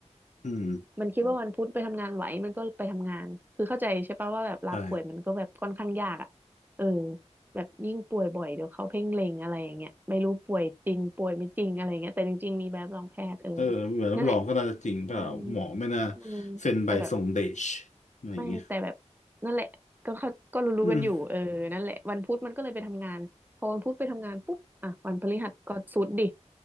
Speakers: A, on the left (about 90°); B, on the right (about 15°).
A: อืม
B: มันคิดว่าวันพุธไปทำงานไหวมันก็ไปทำงานคือเข้าใจใช่ปะว่าแบบลาป่วยมันก็แบบค่อนข้างยากอ่ะเออ
A: ใช่
B: แบบยิ่งป่วยบ่อยเดี๋ยวเขาเพ่งเล็งอะไรอย่างเงี้ยไม่รู้ป่วยจริงป่วยไม่จริงอะไรอย่างเงี้ยแต่จริงๆมีแบบรองแพทย์เออ
A: เออใบรับรองก็น่าจะจริงเปล่าหมอไม่น่า
B: นั่นแหละอืมอืมแต่แบบ
A: เซ็นใบส่งเดชอะไรอย่างเงี้ย
B: ไม่แต่แบบนั่นแหละก็เข้าก็รู้ๆกันอยู่เออนั่นแหละวันพุธมันก็เลยไปทำงานพอวันพุธไปทำงานปุ๊บอ่ะวันพฤหัสก็สุดดิ
A: อืม